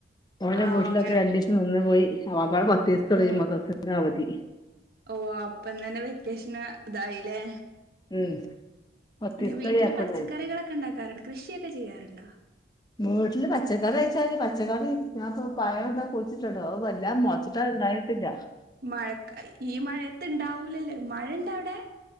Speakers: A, on the left; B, on the right.
A: ഓന്റെ
B: ആഹ്
A: വീട്ടിലക്കെ
B: അങ്ങനെ
A: രണ്ടീസം ഇന്ന് പോയി ആകപാടെ പത്ത് ദിവസത്ത
B: ഓ
A: മൊത്തത്തിൽ ഉള്ള അവധി
B: ഓ അപ്പൊ തന്നെ വെക്കേഷന് ഇതായില്ലേ
A: ഉം പത്തീസത്തെ
B: പിന്നെ വീട്ടില്
A: ഗ്യാപ്പ്ണ്ടായിന്
B: പച്ചക്കറികളൊക്കെ ഉണ്ടാക്കാറുണ്ട് കൃഷിയൊക്കെ ചെയ്യാറുണ്ടോ
A: വീട്ടില് പച്ചക്കറി ചോയിച്ചാല് പച്ചക്കറി ഞാനിപ്പോ പയർ വെ ച്ചിട്ടൊണ്ടോ അത് എല്ല മൊളച്ചിട്ടൊ ഉണ്ടായിട്ടില്ല
B: മഴക്കായി ഈ മഴയത്ത് ഇണ്ടാവൂലല്ല മഴ ഇണ്ട അവിടെ